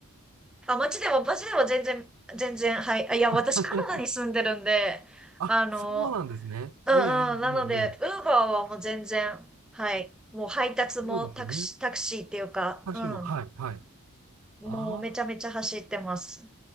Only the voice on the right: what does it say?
<laughs> あ、
そうなんですね。
ええええええ。
ええ
そうですね。
私も、
はい、はい。
あ